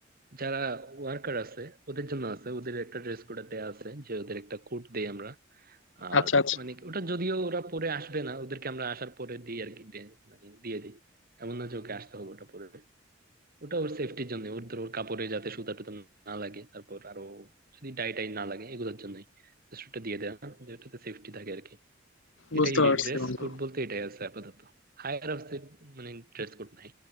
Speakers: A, on the right; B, on the left.
A: যারা ওয়ার্কার আছে ওদের জন্য আছে ওদের একটা ড্রেস কোড দেয়া আছে যে ওদের একটা কোড দেই আমরা আর
B: আচ্ছা আচ্ছা
A: মানে ওটা যদিও ওরা পরে আসবে না ওদেরকে আমরা আসার পরে দিই আর কি দে- মানে দিয়ে দিই এমন না যে ওকে আসতে হবে ওটা পরে ওটা ওর সেফটির জন্য ওর ধর ওর কাপড়ে যাতে সুতা টুতা না লাগে তারপর আরো যদি ডাই টাই না লাগে এগুলোর জন্যই জাস্ট ওটা দিয়ে দেয়া যেটাতে সেফটি থাকে আর কি এটাই
B: বুঝতে পারছি
A: ড্রেস
B: বন্ধু
A: কোড বলতে এটাই আছে আপাতত হায়ার অফিসে মানে ড্রেস কোড নাই